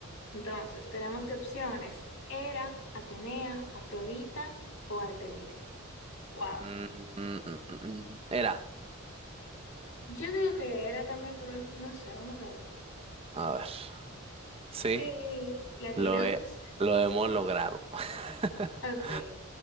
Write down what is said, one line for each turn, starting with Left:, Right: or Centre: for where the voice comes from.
Left: Entonces, tenemos de opciones Hera, Atenea, Afrodita o Artemisa. Wow.
Right: Mm, mm, mm, mm, mm. Era.
Left: Yo digo que Hera también, pero no sé, vamos a ver.
Right: A ver.
Left: Sí,
Right: Sí,
Left: la tiramos.
Right: lo he, lo hemos
Left: <laughs>
Right: logrado. <laughs>
Left: Ok.